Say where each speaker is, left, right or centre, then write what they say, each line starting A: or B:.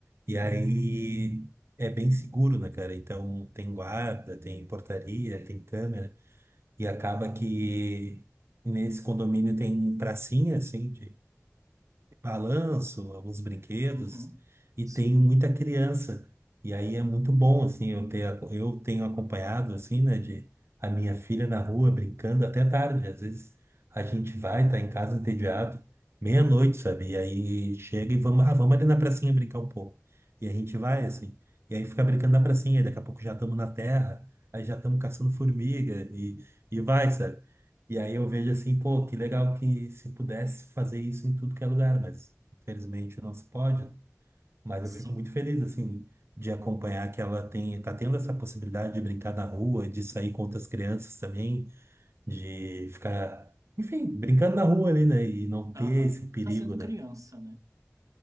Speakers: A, on the right; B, on the right.
A: e aí
B: Uhum.
A: é bem seguro, né, cara? Então tem guarda, tem portaria, tem câmera, e acaba que nesse condomínio tem pracinha, assim, de balanço, alguns brinquedos,
B: Uhum.
A: e
B: Sim,
A: tem muita criança. E aí é muito bom, assim, eu ter, ac- eu tenho acompanhado, assim, né, de a minha filha na rua brincando até tarde. Às vezes a gente vai, tá em casa entediado, meia-noite, sabe? E aí chega e vamos, ah, vamos ali na pracinha brincar um pouco. E a gente vai, assim, e aí fica brincando na pracinha, daqui a pouco já estamos na terra, aí já estamos caçando formiga, e, e vai, sabe? E aí eu vejo assim, pô, que legal que se pudesse fazer isso em tudo que é lugar, mas infelizmente não se pode. Mas
B: sim.
A: eu fico muito feliz, assim, de acompanhar que ela tem, tá tendo essa possibilidade de brincar na rua, de sair com outras crianças também, de ficar, enfim, brincando na rua ali, né? E não ter
B: Aham.
A: esse perigo,
B: Tá sendo
A: né?
B: criança, né?